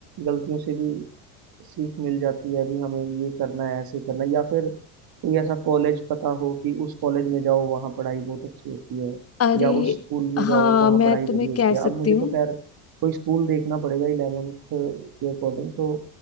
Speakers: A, on the right; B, on the left.
A: गलतियों से भी सीख मिल जाती है अभी हमें ये करना है ऐसे करना है या फिर कोई ऐसा कॉलेज पता हो कि उस कॉलेज में जाओ वहाँ पढ़ाई बहुत अच्छी होती है
B: अरे
A: या उस स्कूल में जाओ
B: हाँ
A: वहाँ
B: मैं
A: पढ़ाई
B: तुम्हें
A: बड़ी
B: कह
A: अच्छी
B: सकती
A: है अब मुझे
B: हूँ
A: तो खैर कोई स्कूल देखना पड़ेगा इलेवेंथ के अकॉर्डिंग तो